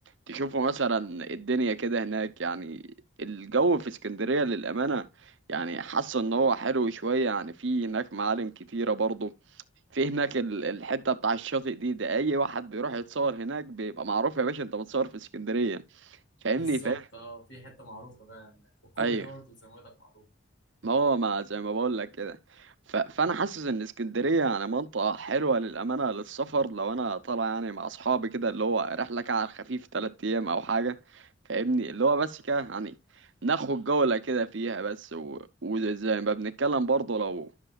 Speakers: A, on the right (about 70°); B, on the left (about 70°).
A: تشوفوا مثلا الدنيا كده هناك يعني الجو في اسكندريه للامانه يعني حاسه ان هو حلو شويه يعني في هناك معالم كتيره برضه في هناك ال- الحته بتاع الشاطئ دي ده اي واحد بيروح يتصور هناك بيبقى معروف يا باشا انت متصور في اسكندريه فاهمني
B: بالظبط
A: فاهم
B: اه في حته معروفه بقى هناك والكوبري
A: ايوه
B: ده برضو زي ما بقول لك معروف
A: ما هو ما زي ما بقول لك كده ف... فانا حاسس ان اسكندريه يعني منطقه حلوه للامانه للسفر لو انا طالع يعني مع اصحابي كده اللي هو رحله كده على الخفيف ثلاث ايام او حاجه فاهمني اللي هو بس كده يعني ناخد جوله كده فيها بس و... وزي ما بنتكلم برضه لو